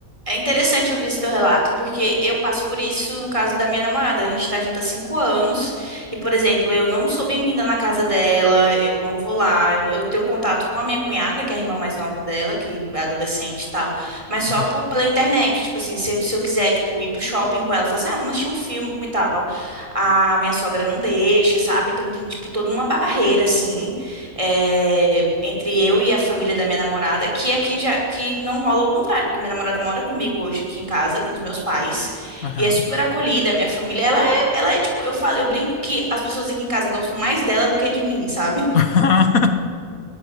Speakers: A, on the right (about 20°); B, on the left (about 80°).
A: É interessante ouvir esse teu relato, porque eu passo por isso no caso da minha namorada. A gente tá junto há cinco anos e, por exemplo, eu não sou bem-vinda na casa dela, eu não vou lá, eu, eu tenho contato com a minha cunhada, que é a irmã mais nova dela, que é adolescente e tal, mas só
B: Aham,
A: por- pela internet. Tipo assim, se, eu- se eu quiser, tipo, ir pro shopping com ela, falar assim, ah, vamos assistir um filme e tal. A minha sogra não deixa, sabe? Então tem, tipo, toda uma barreira, assim é, entre eu e a família da minha namorada, que aqui já que não rola o contrário, porque minha namorada mora comigo hoje aqui em casa com os meus pais
B: aham.
A: e é super acolhida. Minha família, ela é, ela é tipo, eu falo, eu brinco que as pessoas aqui em casa gostam mais dela do que de mim, sabe? <laughs>
B: <laughs>